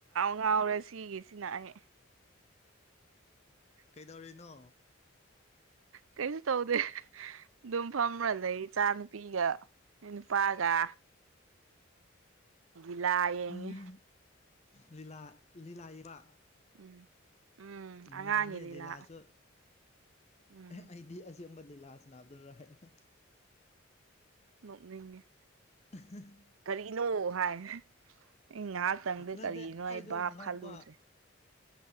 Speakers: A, on the right; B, on the left.
A: ꯉꯥꯎꯔꯦ ꯁꯤꯒꯤꯁꯤꯅ ꯑꯩ
B: ꯀꯩꯗꯧꯔꯤꯅꯣ
A: ꯀꯩꯁꯨ ꯇꯧꯗꯦ ꯑꯗꯨꯝ ꯐꯝꯕ ꯂꯩ ꯏꯆꯥ ꯅꯨꯨꯄꯤꯒ ꯅꯨꯄꯥꯒ ꯂꯤꯂꯥ ꯌꯦꯡꯉꯤ
B: ꯎꯝ ꯂꯤꯂꯥ ꯂꯤꯂꯥꯛꯕ
A: ꯎꯝ ꯎꯝ
B: ꯅꯨꯡꯉꯥꯏꯕꯅꯦ
A: ꯑꯉꯥꯡꯒꯤ ꯂꯤꯂꯥ
B: ꯂꯤꯂꯥꯁꯨ
A: ꯎꯝ
B: ꯑꯩꯗꯤ ꯆꯝꯕ ꯂꯤꯂꯥꯁꯅꯕꯗꯨ ꯔꯑꯅ
A: ꯃꯅꯤꯡ
B: <inaudible>
A: ꯀꯔꯤꯅꯣ ꯍꯥꯏ ꯑꯩ ꯉꯥꯏꯍꯥꯛꯇꯪꯗꯤꯦ
B: ꯅꯠꯇꯦ
A: ꯀꯔꯤꯅꯣ ꯑꯩ
B: ꯑꯩꯗꯣ
A: ꯚꯥꯞ
B: ꯉꯛꯄ
A: ꯈꯜꯂꯨꯗ꯭ꯔꯦ